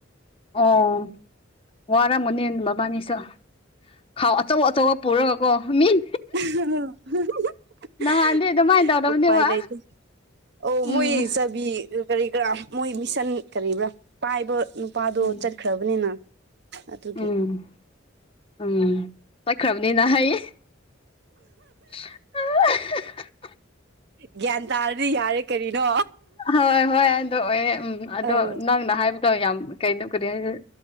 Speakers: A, on the left; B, on the right.
A: ꯑꯣ ꯋꯥꯔꯝꯃꯅꯦ ꯃꯕꯥꯅꯤꯁꯨ ꯈꯥꯎ ꯑꯆꯧ ꯑꯆꯧꯕ ꯄꯨꯔꯒ ꯀꯣ ꯃꯤꯟ
B: ꯑ <unintelligible>
A: ꯅꯍꯥꯟꯗꯤ ꯑꯗꯨꯃꯥꯏꯅ ꯇꯧꯗꯕꯅꯦꯕ
B: ꯎꯄꯥꯏ ꯂꯩꯇꯦ ꯑꯣ
A: ꯎꯝ
B: ꯃꯣꯏ ꯆꯥꯕꯤ ꯀꯔꯤ ꯀꯔꯥ ꯃꯣꯏ ꯃꯤꯁꯟ ꯀꯔꯤꯕ꯭ꯔꯥ ꯄꯥꯏꯕ ꯅꯨꯄꯥꯗꯣ
A: ꯎꯝ
B: ꯆꯠꯈ꯭ꯔꯕꯅꯤꯅ ꯑꯗꯨꯒꯤ
A: ꯎꯝ ꯎꯝ ꯆꯠꯈ꯭ꯔꯕꯅꯤꯅ ꯍꯩꯌꯦ ꯑ <unintelligible>
B: ꯒ꯭ꯌꯥꯟ ꯇꯥꯔꯗꯤ ꯌꯥꯔꯦ ꯀꯔꯤꯅꯣ
A: ꯍꯣꯏ ꯍꯣꯏ ꯑꯗꯨ ꯑꯣꯏꯌꯦ ꯎ ꯑꯗꯣ
B: ꯑꯥ
A: ꯅꯪꯅ ꯍꯥꯏꯕ ꯑꯗꯣ ꯌꯥꯝ ꯀꯩꯅꯣ ꯀꯔꯤ ꯍꯥꯏꯗꯨꯅꯣ